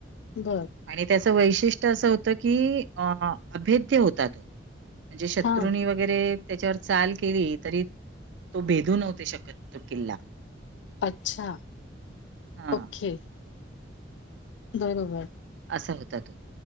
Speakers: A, on the left; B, on the right.
A: बर.
B: आणि त्याचं वैशिष्ट्य असं होतं की अ अभेद्य होता तो. म्हणजे शत्रूनीं
A: हां.
B: वग्- वेगैरे त्याच्यावर चाल केली तरी तो भेदू नव्हते शकत तो किल्ला.
A: अच्छा,
B: हां,
A: ओके, बरोबर.
B: असा होता तो,